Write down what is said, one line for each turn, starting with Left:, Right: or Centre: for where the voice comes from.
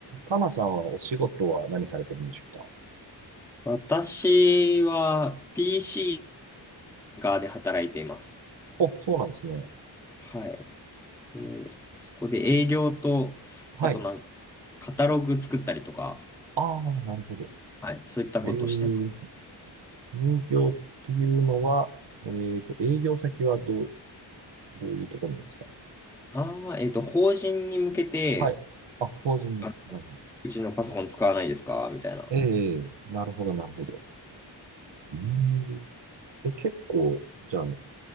Right: かなさんはお仕事は何されてるんでしょうか
Centre: 私は PC 側ーカーで働いています。
Right: お、そうなんですね。
Centre: はい。えーそこで営業と、
Right: はい。
Centre: あとなんか、カタログ作ったりとか、
Right: ああ、なるほど。
Centre: はい。そういったことをしてます。
Right: えー、営業っていうのは、えっと、営業先はどう、どういうところなんですか
Centre: ああ、えっと、法人に向けて、
Right: はい。あ、法人の。
Centre: あの
Right: はい。
Centre: うちのパソコン使わないですかみたいな。
Right: ええ、なるほど、なるほど。うーん。え、結構、じゃあ、